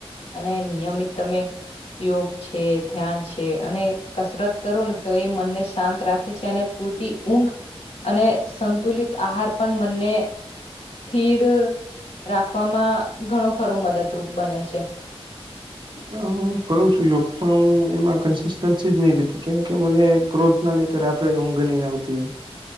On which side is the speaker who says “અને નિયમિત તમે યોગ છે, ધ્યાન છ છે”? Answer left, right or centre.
Left